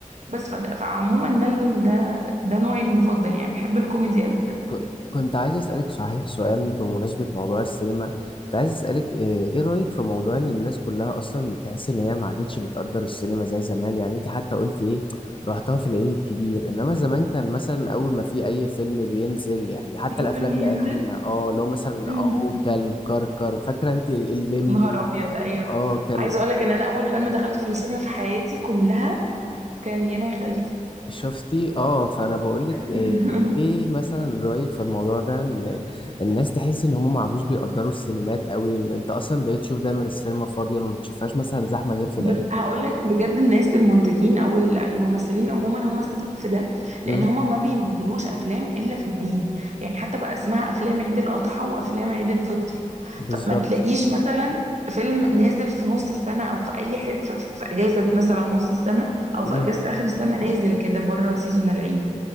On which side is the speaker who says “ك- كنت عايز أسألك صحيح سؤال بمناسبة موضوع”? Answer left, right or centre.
Left